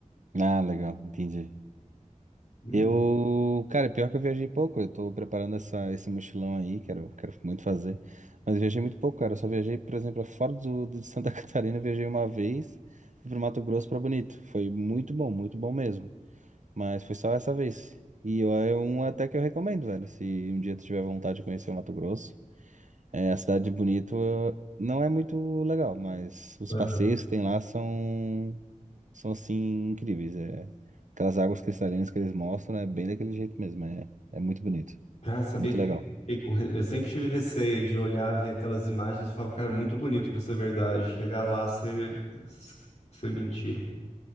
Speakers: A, on the right; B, on the left.
A: Ah, legal. Entendi.
B: Hum,
A: Eu, cara, pior que eu viajei pouco. Eu tô preparando essa, esse mochilão aí, quero, quero muito fazer. Mas eu viajei muito pouco, cara. Eu só viajei, por exemplo, fora do, do- de Santa <laughs> Catarina, eu viajei uma vez. Fui pro Mato Grosso pra Bonito. Foi muito bom, muito bom mesmo. Mas foi só essa vez. E eu- é um até que eu recomendo, velho. Se um dia tu tiver vontade de conhecer o Mato Grosso. É, a cidade de Bonito eh, não é muito legal, mas os
B: é.
A: passeios
B: ah,
A: que tem lá são, são assim, incríveis. É, aquelas águas cristalinas que eles mostram é bem daquele jeito mesmo. É, é muito bonito,
B: Cara, sabia
A: muito
B: que
A: legal.
B: eu sempre, fiquei com re- eu sempre tive receio de olhar, ver aquelas imagens e falava, cara, é muito bonito para ser verdade. Chegar lá, ser, ser mentira.